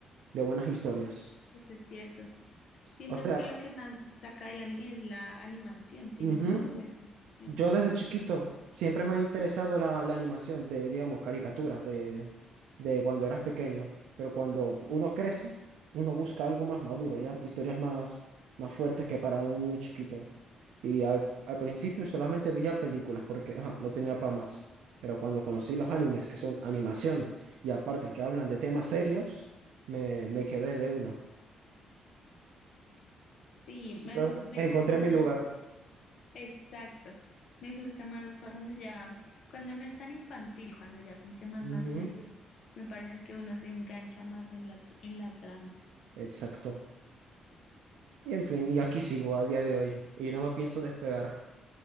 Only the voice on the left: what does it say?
eso es cierto. Siento
que lo que más destaca del anime es la animación, tienen
muy buena animación.
Sí, me,
me
gustan
más,
exacto, me gusta más cuando ya, cuando no es tan infantil, cuando ya son temas
más serios, me parece que uno se engancha más en la, en la trama.